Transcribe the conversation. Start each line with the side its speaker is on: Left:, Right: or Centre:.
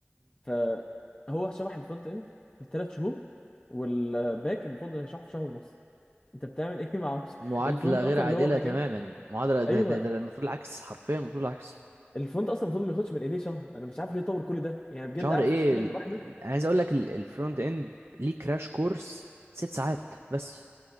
Left: فهو شرح الفرونت اند في ثلاث شهور والباك المفروض انه يشرحه في شهر ونص انت بتعمل ايه <laughs> ما اعرفش
Right: معادلة
Left: الفرونت
Right: غير
Left: اصلا
Right: عادلة
Left: اللي هو حاجات
Right: تماما معادلة ده,
Left: ايوه
Right: ده, ده المفروض العكس حرفيا المفروض العكس
Left: الفرونت اصلا المفروض ما ياخدش من ايديه شهر انا مش عارف ليه طول كل ده يعني بجد
Right: شهر
Left: قاعد
Right: ايه
Left: في اشتمل
Right: ال...
Left: لوحده
Right: انا عايز اقول لك الفرونت اند ليه كراش كورس ست ساعات بس